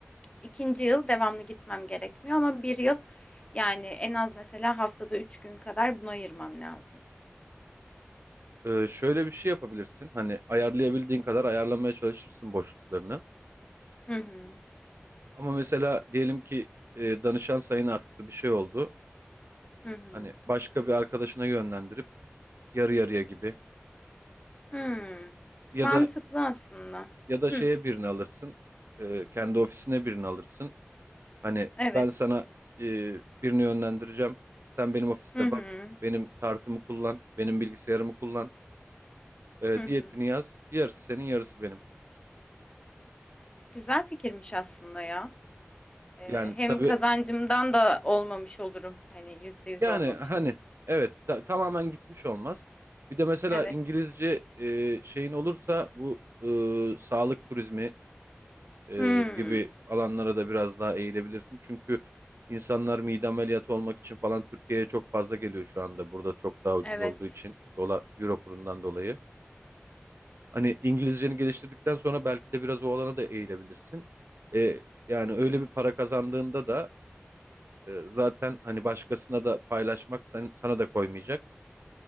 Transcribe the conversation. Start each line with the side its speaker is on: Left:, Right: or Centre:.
Left: İkinci yıl devamlı gitmem gerekmiyor ama bir yıl yani en az mesela haftada üç gün kadar buna ayırmam lazım.
Right: Ee, şöyle bir şey yapabilirsin. Hani ayarlayabildiğin kadar ayarlamaya çalışırsın boşluklarını.
Left: Hı hı.
Right: Ama mesela diyelim ki e, danışan sayın arttı bir şey oldu.
Left: Hı hı.
Right: Hani başka bir arkadaşına yönlendirip yarı yarıya gibi.
Left: Hı.
Right: Ya
Left: Mantıklı
Right: da
Left: aslında.
Right: Ya da şeye
Left: Hı.
Right: birini alırsın. e, kendi ofisine birini alırsın. Hani
Left: Evet.
Right: ben sana e, birini yönlendireceğim. Sen benim ofiste
Left: Hı hı.
Right: bak. Benim tartımı kullan. Benim bilgisayarımı kullan. e,
Left: Hı
Right: diyetini
Left: hı.
Right: yaz. Yarısı senin yarısı benim.
Left: Güzel fikirmiş aslında ya. Ee,
Right: Yani
Left: hem
Right: tabii
Left: kazancımdan da olmamış olurum. Hani yüzde yüz
Right: yani
Left: olmamış
Right: hani
Left: olurum.
Right: evet ta- tamamen gitmiş olmaz. Bir de mesela
Left: Evet.
Right: İngilizce e, şeyin olursa bu e, sağlık turizmi e,
Left: Hmm.
Right: gibi alanlara da biraz daha eğilebilirsin. Çünkü insanlar mide ameliyatı olmak için falan Türkiye'ye çok fazla geliyor şu anda. Burada çok daha ucuz
Left: Evet.
Right: olduğu için dolar, euro kurundan
Left: Evet.
Right: dolayı. Hani İngilizceni geliştirdikten sonra belki de biraz o alana da eğilebilirsin. E, yani öyle bir para kazandığında da e, zaten hani başkasına da paylaşmak sen, sana da koymayacak.